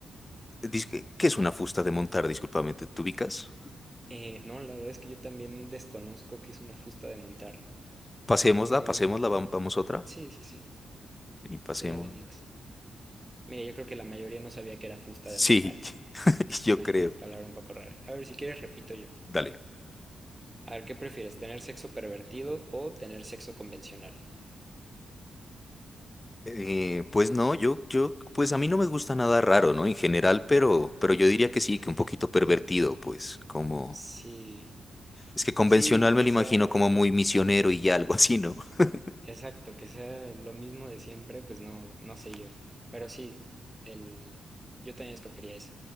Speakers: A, on the left; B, on the right.
A: Dis- ¿Qué es una fusta de montar? Discúlpame, ¿te te ubicas?
B: Eh, no, la verdad es que yo también desconozco qué es una fusta de montar.
A: Pasémosla,
B: O sea, no
A: pasémosla,
B: me...
A: vam- vamos otra.
B: Sí, sí, sí.
A: Vení, pasémosla.
B: Sí, dale next. Mira, yo creo que la mayoría no sabía que era fusta
A: Sí,
B: de montar.
A: <laughs>
B: Es
A: yo
B: una
A: creo.
B: palabra un poco rara. A ver, si quieres repito yo.
A: Dale.
B: A ver, ¿qué prefieres? ¿Tener sexo pervertido o tener sexo convencional?
A: Eh, pues no, yo, yo, pues a mí no me gusta nada raro, ¿no? En general, pero, pero yo diría que sí, que un poquito pervertido, pues, como,
B: Sí,
A: es que convencional
B: sí,
A: me
B: que
A: lo imagino
B: sea,
A: como muy misionero y ya, <laughs> algo así, ¿no? <laughs>
B: exacto, que sea lo mismo de siempre, pues no, no sé yo. Pero sí, el, yo también escogería eso.